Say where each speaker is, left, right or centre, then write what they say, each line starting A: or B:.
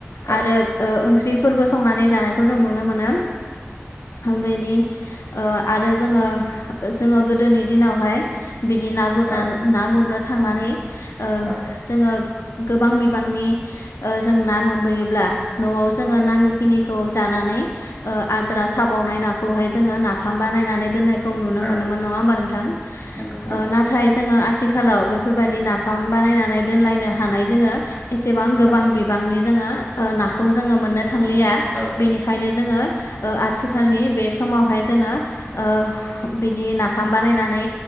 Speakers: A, on the left; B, on the left.
A: आरो
B: औ
A: ओ ओंख्रिफोरबो संनानै जानायखौ जों नुनो मोनो बेनि ओ आरो जोङो जोङो गोदोनि दिनावहाय बिदि ना गुरनानै
B: औ
A: ना गुरनो थांनानै ओ
B: औ
A: जोङो गोबां बिबांनि ओ जों ना मोनबोयोब्ला न'वाव जोङो नांगौखिनिखौ जानानै ओ आद्रा थाबावनाय नाखौहाय जोङो नाफा म बानायनानै दोननायखौ नुनो
B: औ
A: मोनोमोन नङा होमबा नोंथां?
B: नंगौ नंगौ
A: नाथाय जोङो आथिखालाव बेफोरबाददि नाफाम बानायनानै दोनलायनो हानाय जोङो एसे सेबां गोबां
B: औ
A: बिबांनि जोङो ओ नाखौ जोङो मोननो थांलिया
B: औ
A: बेनिखायनो जोङो आथिखालनि बे समावहाय जोङो ओ बिदि नाफाम बानायनानै